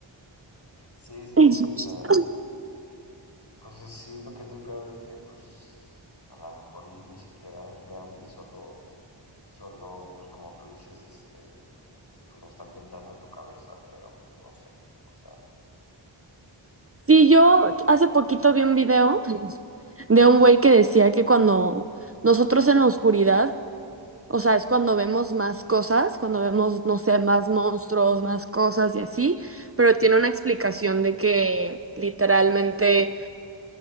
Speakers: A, on the left; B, on the right.
A: Sí, sí,
B: <laughs>
A: sí, o sea, pues es- sí lo que he tripeado de que pues a lo mejor y ni siquiera es real y solo, solo, pues como tú dices, este, tú lo estás inventando tu cabeza, pero pues no sé, o sea,
B: Sí, yo hace poquito vi un video de un güey que decía que cuando nosotros en la oscuridad, o sea, es cuando vemos más cosas, cuando vemos, no sé, más monstruos, más cosas y así, pero tiene una explicación de que literalmente